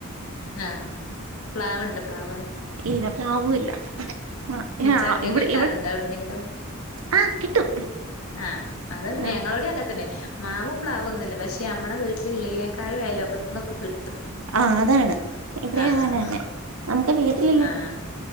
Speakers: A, on the left; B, on the right.
A: ആഹ് പ്ലാവുണ്ടോ പ്ലാവ്
B: ഇല്ല പ്ലാവുല്ല ആ ആ
A: ചക്ക
B: ഇവിടെ
A: കിട്ടാറുണ്ടോ
B: ഇവ
A: എവിടുന്നെങ്കിലും
B: ആഹ് കിട്ടും.
A: ആഹ് അതാ പിന്നെ
B: ആഹ്
A: ഞങ്ങളോടി അങ്ങനത്തന്നെ മാവ് പ്ലാവൊന്നുല്ല പക്ഷെ നമ്മളെ വീട്ടിലുള്ളനേക്കായും അയലോക്കത്തന്നൊക്കെ ക്
B: ആ അതാണ് ഇവിടെ
A: ആഹ്
B: അങ്ങനെ തന്നെ നമുക്ക് വീട്ടിലില്ലങ്കി
A: ആഹ്